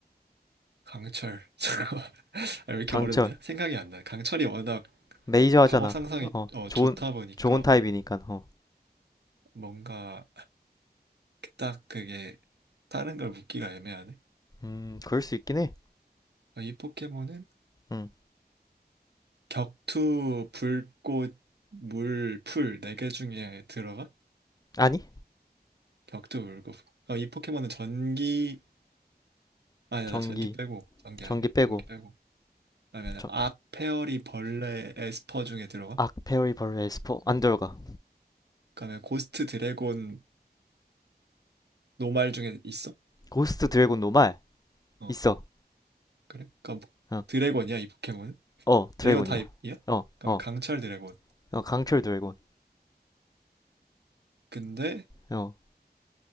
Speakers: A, on the right; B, on the left.
A: 강철 <laughs> 잠깐만 아, 왜 이렇게
B: 강철.
A: 어렵냐? 생각이 안 나. 강철이 워낙
B: 메이저 하잖아.
A: 방어 상성이
B: 어.
A: 어,
B: 좋은
A: 좋다 보니까
B: 좋은 타입이니까. 어.
A: 뭔가 딱 그게 다른 걸 묻기가 애매하네.
B: 음, 그럴 수 있긴 해.
A: 아, 이 포켓몬은
B: 음.
A: 격투 불꽃 물 풀 네 개 중에 들어가?
B: 아니
A: 격투 울고 급 어, 이 포켓몬은 전기 아니야
B: 전기
A: 나 전기 빼고 전기
B: 전기
A: 아니야
B: 빼고
A: 전기 빼고. 그러면
B: 저,
A: 악, 페어리, 벌레, 에스퍼 중에 들어가?
B: 악페어리벌 에스포 안 들어가
A: 그러면 고스트 드래곤, 노말 중에 있어?
B: 고스트 드래곤 노말
A: 어
B: 있어
A: 그래? 그럼
B: 어,
A: 드래곤이야 이 포켓몬은?
B: 어 드래곤이야
A: 드래곤 타입이야?
B: 어어
A: 그럼
B: 어,
A: 강철 드래곤.
B: 어, 강철 드래곤
A: 근데
B: 어어